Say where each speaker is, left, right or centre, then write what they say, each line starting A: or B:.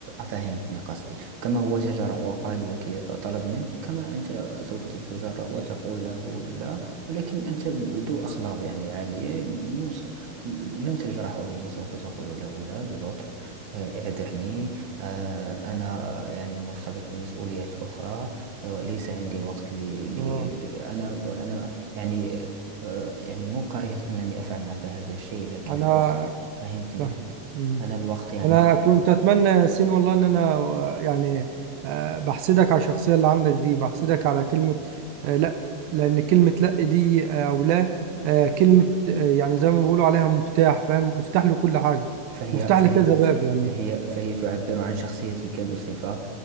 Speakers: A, on the right; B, on the right.
A: فهمتني قصدي كما هو تجرأ وقال لك طلب منك كما أنت سوف تتجرأ وتقول له لا ولكن أنت ذو أخلاق يعني عالية مو س- لن تجرحه يعني سوف تقول له لا بلطف آه، اعذرني آه، أنا يعني مرتبط بمسؤوليات أخرى آه، ليس عندي وقت لي, لي,
B: اه
A: لي أنا أنا يعني آه، يعني مو كرهت أنني أفعل معك هذا الشيء لكن
B: أنا
A: الوقت فهمتني
B: فاهم
A: أنا
B: مم.
A: أنا الوقت يعني
B: أنا كنت أتمنى سين والله إن أنا آه، يعني آه، بحسدك على الشخصية اللي عندك دي بحسدك على كلمة آه، لأ لأن كلمة لأ دي آه، أو لا آه، كلمة آه، يعني زي ما بيقولوا عليها مفتاح فاهم مفتاح لكل حاجة
A: فهي
B: مفتاح
A: فهي
B: لكذا باب
A: فهي
B: يعني
A: فهي تعبر عن شخصيتك بصفة